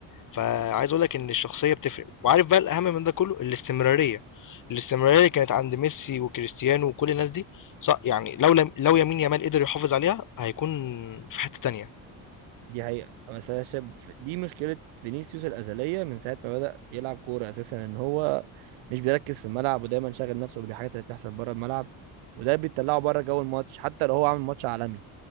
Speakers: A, on the left; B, on the right.
A: فعايز اقول لك ان الشخصيه بتفرق وعارف بقى الاهم من ده كله الاستمراريه الاستمراريه اللي كانت عند ميسي وكريستيانو وكل الناس دي صح يعني لو لم لو يمين يامال قدر يحافظ عليها هيكون في حته تانية
B: دي حقيقة بس انا شايف دي مشكلة فينيسيوس الأزلية من ساعة ما بدأ يلعب كورة أساسا إن هو مش بيركز في الملعب ودايما شاغل نفسه بالحاجات اللي بتحصل بره الملعب وده بيطلعه بره جو الماتش حتى لو هو عامل ماتش عالمي